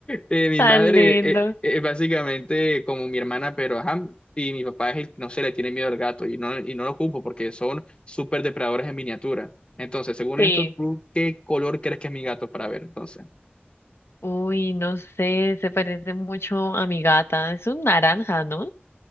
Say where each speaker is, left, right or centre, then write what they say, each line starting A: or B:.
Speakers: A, on the left; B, on the left.
A: Eh, mi
B: Tan
A: madre
B: lindo.
A: eh, es básicamente como mi hermana, pero ajá, y mi papá es el, que, no sé, le tiene miedo al gato y no, y no lo ocupo porque son súper depredadores en miniatura. Entonces, según
B: Sí.
A: esto, ¿tú qué color crees que es mi gato para ver? Entonces,
B: Uy, no sé, se parece mucho a mi gata. Es un naranja, ¿no?